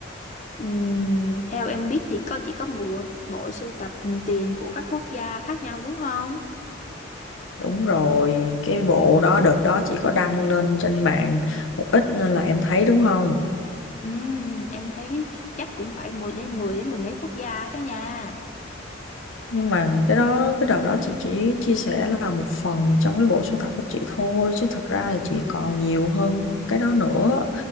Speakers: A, on the left (about 35°); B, on the left (about 85°).
A: ừm, theo em biết thì có chỉ có một bộ sưu tập tiền của các quốc gia khác nhau đúng không
B: Đúng rồi, cái bộ đó đợt đó chị có đăng lên trên mạng một ít nên là em thấy đúng không?
A: Ừm, em thấy chắc cũng phải mười đến mười đến mười mấy quốc gia đó nha.
B: Nhưng mà cái đó cái đợt đó chị chỉ chia sẻ là một phần trong cái bộ sưu tập của chị thôi chứ thật ra thì chị còn nhiều hơn cái đó nữa.